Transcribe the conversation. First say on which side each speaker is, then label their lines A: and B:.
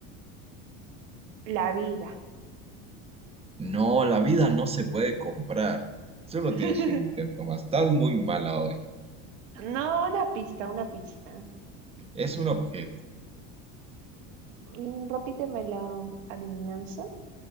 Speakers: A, on the right; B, on the right.
A: la vida.
B: No, la vida no se puede comprar. Solo
A: <laughs>
B: tienes un intento más. Estás muy mala hoy.
A: No, una pista, una pista.
B: Es un objeto.
A: Mm, Repíteme la mm, adivinanza.